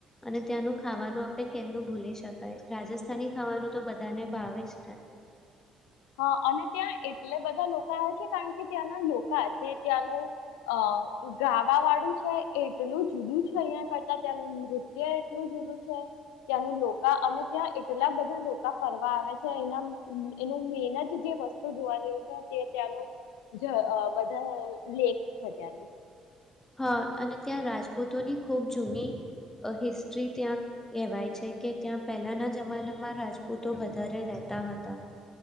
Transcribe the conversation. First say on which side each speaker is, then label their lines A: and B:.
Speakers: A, on the left; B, on the left.
A: અને ત્યાંનું ખાવાનું આપે કેમનું ભૂલી શકાય રાજસ્થાની ખાવાનું તો બધાને ભાવે જ ને.
B: હા અને ત્યાં એટલે બધા લોકો આવે છે કારણ કે ત્યાંના લોકો જે ત્યાંનું અ ગાવા વાળું છે. એટલું જુદું છે અહિયાં કરતા ત્યાંનું નૃત્ય એટલું જુદું છે ત્યાંનું લોકોકા અને ત્યાં એટલા બધા લોકો ફરવા આવે છે એના એનું મેન જ જે વસ્તુ જોવા જે છે તે ત્યાંનું બધા લેક્સ છે ત્યાંનું
A: હા અને ત્યાં રાજપૂતોની ખૂબ જૂની હિસ્ટ્રી ત્યાં કહેવાય છે કે ત્યાં પહેલાના જમાનામાં રાજપૂતો વધારે રહેતા હતા